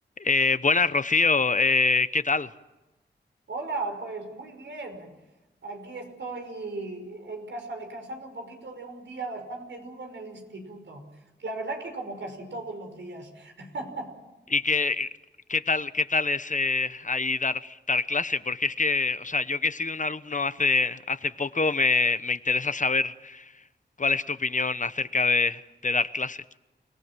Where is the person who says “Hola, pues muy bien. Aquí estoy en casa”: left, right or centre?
Right